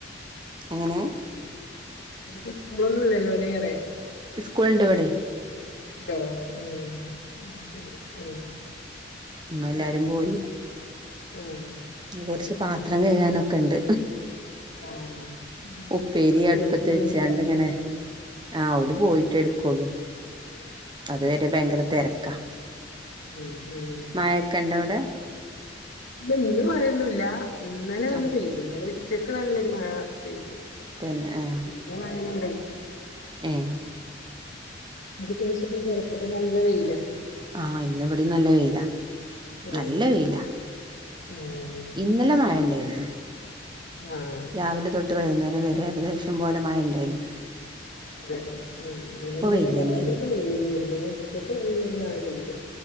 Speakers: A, on the right; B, on the left.
A: എങ്ങനെ
B: ന്ന് പ്പോ സ്കൂൾ ഇല്ലലോ ല്ലെ
A: സ്കൂളിണ്ട് ഇവിടെയ്
B: ണ്ടോ ആഹ് ന്നാ ശരി ആഹ്
A: ന്നാ എല്ലാരും
B: ആഹ്
A: പോയി
B: ആഹ് ആഹ്
A: ഇനി കുറച്ച്
B: അത് ശരി
A: പാത്രം കയ്കാനൊക്കെണ്ട്
B: ആഹ്
A: ഉപ്പേരി
B: ഓര്
A: അടുപ്പത്ത്
B: പോയിട്ടുള്ളേക്കാരല്ലേ
A: വെച്ചാണ്ടിങ്ങനെ
B: പിന്നെ
A: ആഹ് ഓല് പോയി പോയിട്ടെട്ക്കൊള്ളൂ അതുവരെ ഭയങ്കര
B: ഉം
A: തെരക്കാ
B: ശരി ഉം ഉം
A: മായക്കെണ്ടവിടെ
B: ഇല്ല ഇന്ന് മഴയൊന്നുമല്ല ഇന്നലെ ഒന്ന്
A: ആഹ്
B: പെയ്തു ഇന്നലെ ഉച്ചക്ക് നല്ലൊരു മഴ പെയ്തു
A: തന്നെ ആഹ്
B: പിന്നെ മഴയൊന്നും
A: ഏഹ്
B: അതിന് ശേഷപ്പയ്ക്കാരം ഇപ്പ പ്പൊ നല്ല വെയ്ല
A: ആഹ് ഇന്ന് ഇവടിം നല്ല വെയിലാ
B: ആഹ്
A: നല്ല വയ്ലാ
B: ആഹ്
A: ഇന്നലെ
B: അത്
A: മയേണ്ടായ്രുന്നു
B: ശരി ആഹ്
A: രാവിലെ തൊട്ട് വൈകുന്നേരം വരെ എകദേശം പോലെ മയണ്ടയ്നു
B: അതതെ ആഹ് ഇവിടെ ഇന്നലെ
A: വെയിലെന്നേണ്
B: രാവിലെയൊക്കെ വെയിൽ തന്നെയായിരുന്നു ഉച്ചക്ക്നല്ലൊരു മഴ പെയ്തു